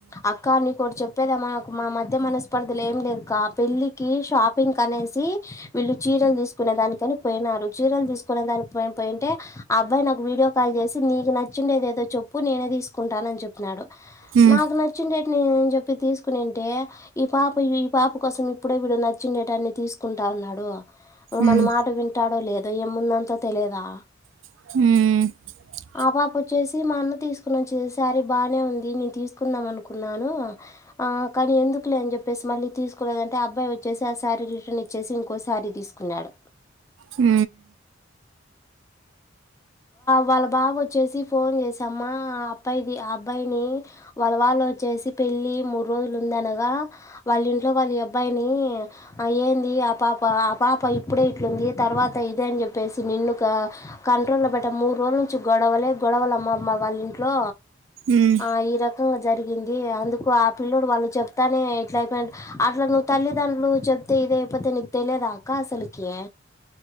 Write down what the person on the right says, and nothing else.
ఉమ్
ఉమ్
అ
అ
ఉమ్.